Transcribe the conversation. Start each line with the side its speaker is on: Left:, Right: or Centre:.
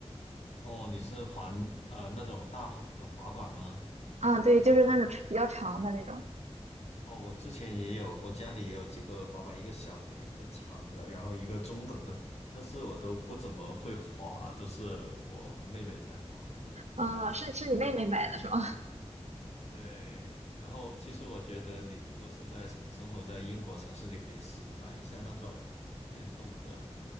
Left: 哦，你是滑呃那种大滑的滑板吗？
Right: <laughs> 啊，对，就是那种比较长的那种。
Left: 呃，哦，我之前也有，我家里也有几个滑板，一个小的，一个长的，然后一个中等的，但是我都不怎么会滑，都是我妹妹在滑，
Right: 啊，
Left: 这样子。
Right: 是是你妹妹买的是吗？
Left: 对，然后其实我觉得你如果是在生生活在英国城市，你可以试买一下那种嗯电动的，